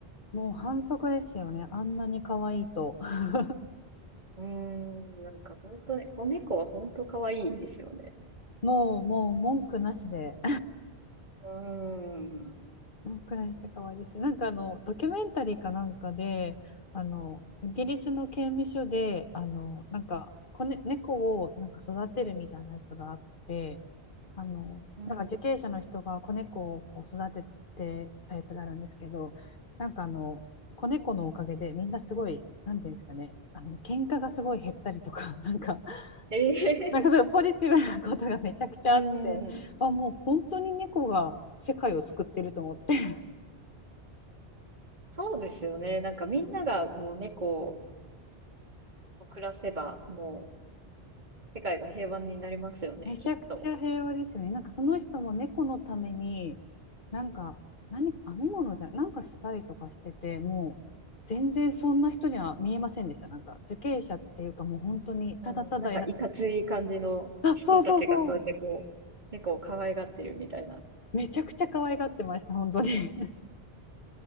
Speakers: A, on the left; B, on the right.
A: もう反則ですよね。あんなに可愛いと。<laughs>
B: うーん、なんか本当ね、子猫は本当可愛いですよね。
A: もう、もう文句なしで
B: うーん。
A: うん暮らして可愛いですねなんかあの、ドキュメンタリーかなんかで、あの、イギリスの刑務所で、あの、なんか、子ね、猫をなんか育てるみたいなやつがあって、あの、
B: うん。
A: なんか受刑者の人が子猫をこう育ててたやつがあるんですけど、なんかあの、子猫のおかげでみんなすごい、なんていうんですかね、あの、喧嘩がすごい減ったりとか、<laughs> なんか、
B: ええ
A: なんかそういうポジティブなことがめちゃくちゃあって、
B: うん。<laughs> うん
A: あ、もう本当に猫が世界を救ってると思って。
B: そうですよね。なんかみんながこう猫を暮らせば、もう世界が平和になりますよね、
A: めちゃくちゃ平和ですよね。
B: きっと。
A: なんかその人も猫のために、なんか何か編み物じゃ、なんかしたりとかしてて、もう全然そんな人には見えませんでした。なんか受刑者っていうかもう本当にただただや、
B: うん。なんかいかつい感じの人たちがそうやってこう、
A: あ、そうそうそう。
B: 猫を可愛がってるみたいな。
A: めちゃくちゃ可愛がってました、本当に。<laughs>